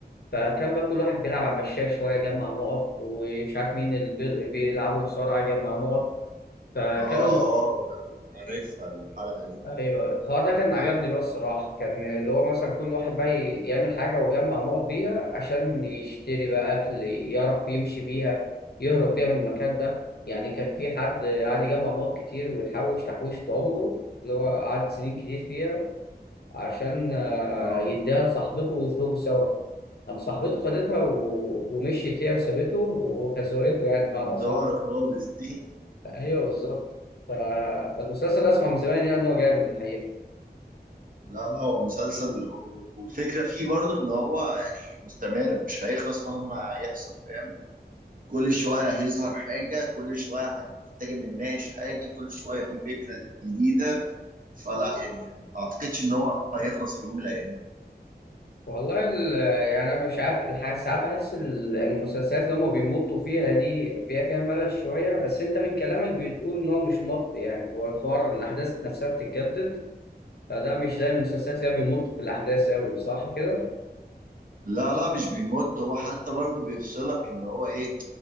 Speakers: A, on the left; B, on the right.
A: فكان بقى كل واحد بيلعب على المشاية شويه يجمع نقط ومش عارف مين اللي بي- بيلعبوا مصارعه يجمع نقط فكانوا
B: اه اه ده عارفها الحلقة دي
A: ايوه الحوار ده كان عجبني بقى الصراحه كان اللي هو مثلا كل واحد بقى ي- يعمل حاجه ويجمع نقط بيها عشان يشتري بقى اكل يعرف يمشي بيها يهرب بيها من المكان ده يعني كان في حد قعد يجمع نقط كتير ويحوش تحويشة عمره اللي هو قعد سنين كتير فيها عشان آه،
B: اه
A: يديها لصاحبته ويخرجوا سوا قام صاحبته خدتها و... ومشيت هي وسابته وخزوقته يعني بمعنى
B: جدارة
A: صح
B: خالص دي
A: ايوه بالظبط ف... فالمسلسل ده اسمع من زمان يعني ان هو جامد الحقيقه
B: لا لا هو مسلسل والفكرة فيه برضو ان هو يعني مستمر مش هيخلص مهما يحصل فاهم كل شوية هيظهر حاجة كل شوية هنحتاج إن نناقش حاجة كل شوية في فكرة جديدة فلا يعني ما أعتقدش إن هو هيخلص في يوم من الأيام
A: والله ال- يعني انا مش عارف الح- ساعات بحس ال- المسلسلات اللي هم بيمطوا فيها دي بيبقى فيها ملل شويه بس انت من كلامك بتقول ان هو مش مط يعني هو الحوار الاحداث نفسها بتتجدد فده مش زي المسلسلات اللي هي بيمطوا في الاحداث قوي صح كده؟
B: لا لا مش بيمد هو حتى برضه بيفصلك إن هو إيه